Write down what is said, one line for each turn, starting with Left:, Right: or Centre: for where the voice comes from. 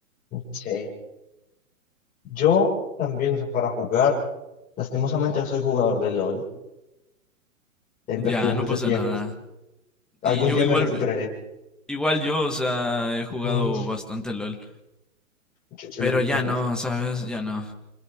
Left: Sí, yo también, o sea, para jugar, lastimosamente soy jugador de LOL. He invertido
Centre: Ya,
Left: mucho
Centre: no pasa
Left: tiempo.
Centre: nada. Y
Left: Algún
Centre: yo
Left: día
Centre: igual,
Left: me recuperaré.
Centre: igual yo, o sea, he jugado
Left: Mm,
Centre: bastante LOL,
Left: yo, yo
Centre: pero
Left: le metí
Centre: ya
Left: demasiado.
Centre: no, ¿sabes?
Left: esfuerzo.
Centre: Ya no.